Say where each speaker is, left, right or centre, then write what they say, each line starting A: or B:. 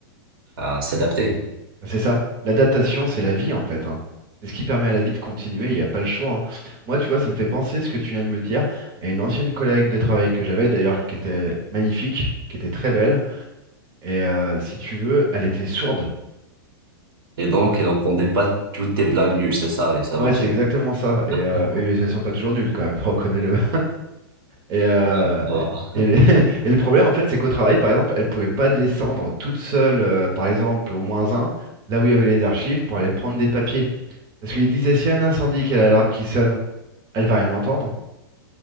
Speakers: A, on the right; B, on the right.
A: à s'adapter.
B: C'est ça. L'adaptation, c'est la vie en fait. hein. C'est ce qui permet à la vie de continuer, il n'y a pas le choix. hein. Moi, tu vois, ça me fait penser ce que tu viens de me dire à une ancienne collègue de travail que j'avais d'ailleurs, qui était magnifique, qui était très belle. Et euh, si tu veux, elle était sourde. tu
A: Et donc,
B: vois.
A: il n'entendait pas toutes tes blagues nulles, c'est ça, et ça
B: Ouais,
A: marchait
B: c'est exactement
A: bien.
B: ça. Et, euh,
A: Ouais,
B: et elles sont pas toujours nulles quand même, <laughs> reconnais-le. Et, euh,
A: donc ça va.
B: et, le <laughs> et le problème, en fait, c'est qu'au travail, par exemple, elle pouvait pas descendre toute seule, euh, par exemple, au moins un, là où il y avait les archives, pour aller prendre des papiers. Parce qu'il disait, si un incendie, qu'il y a l'alarme qui sonne, elle va rien entendre.